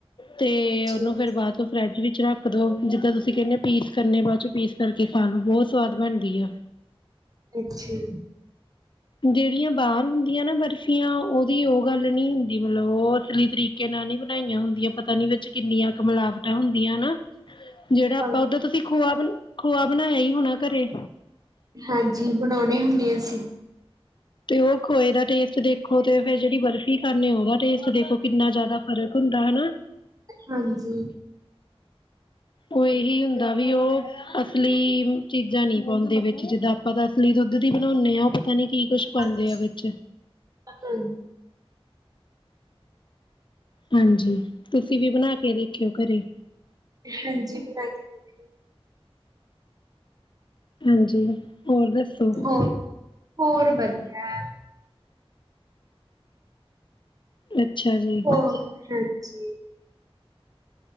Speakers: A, on the left; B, on the right.
A: ਤੇ
B: ਅੱਛਾ,
A: ਉਹਨੂੰ ਫੇਰ ਬਾਅਦ ਚੋ ਫਰਿੱਜ ਵਿੱਚ ਰੱਖ ਦੋ ਜਿੱਦਾਂ ਤੁਸੀਂ ਕਹਿੰਦੇ ਪੀਸ ਕਰਨੇ ਬਾਅਦ ਚੋਂ ਪੀਸ ਕਰਕੇ ਖਾ ਲੋ ਬਹੁਤ ਸਵਾਦ ਬਣਦੀ ਆ
B: ਅੱਛਾ।
A: ਜਿਹੜੀਆਂ ਬਾਹਰ ਹੁੰਦੀਆਂ ਨਾ ਬਰਫ਼ੀਆਂ ਉਹਦੀ ਉਹ ਗੱਲ ਨਹੀਂ ਹੁੰਦੀ ਮਤਲਬ ਉਹ ਅਸਲੀ ਤਰੀਕੇ ਨਾਲ ਨਹੀਂ ਬਣਾਈਆਂ ਹੁੰਦੀਆਂ ਪਤਾ ਨੀ ਵਿੱਚ ਕਿੰਨੀਆਂ ਕ ਮਿਲਾਵਟਾਂ ਹੁੰਦੀਆਂ ਨਾ, ਜਿਹੜਾ
B: ਹਾਂ
A: ਆਪਾਂ ਓਧਰ ਤੁਸੀਂ ਖੋਆ ਆਪ ਖੋਆ ਬਣਾਇਆ ਹੀ ਹੋਣਾ ਘਰੇ
B: ਹਾਂਜੀ ਬਣਾਉਣੇ ਹੁੰਦੇ ਆ ਅਸੀ
A: ਤੇ ਉਹ ਖੋਏ ਦਾ ਟੇਸਟ ਦੇਖੋ ਤੇ ਫੇਰ ਜਿਹੜੀ ਬਰਫ਼ੀ ਖਾਂਦੇ ਉਹਦਾ ਟੇਸਟ ਦੇਖੋ ਕਿੰਨਾ ਜ਼ਿਆਦਾ ਫ਼ਰਕ ਹੁੰਦਾ ਹਨਾ
B: ਹਾਂਜੀ।
A: ਉਹ ਇਹੀ ਹੁੰਦਾ ਵੀ ਉਹ ਅਸਲੀ ਚੀਜ਼ਾਂ ਨਹੀਂ ਪਾਉਂਦੇ ਵਿੱਚ ਜਿੱਦਾਂ ਆਪਾਂ ਤਾਂ ਅਸਲੀ ਦੁੱਧ ਦੀ ਬਣਾਉਦੇ ਆਾਂ ਉਹ ਪਤਾ ਨੀ ਕੀ ਕੁੱਛ ਪਾਉਂਦੇ
B: ਹਾਂਜੀ,
A: ਆ ਵਿੱਚ
B: ਹਾਂ
A: ਹਾਂਜੀ ਤੁਸੀਂ ਵੀ ਬਣਾ ਕੇ ਦੇਖਿਓ ਘਰੇ
B: ਹਾਂਜੀ ਬਣਾ ਕੇ ਦੇਖਨੇ ਅ
A: ਹਾਂਜੀ। ਹੋਰ ਦੱਸੋ?
B: ਹੋਰ ਹੋਰ ਵਧੀਆ
A: ਅੱਛਾ ਅੱਛਾ ਜੀ
B: ਹੋਰ ਹਾਂਜੀ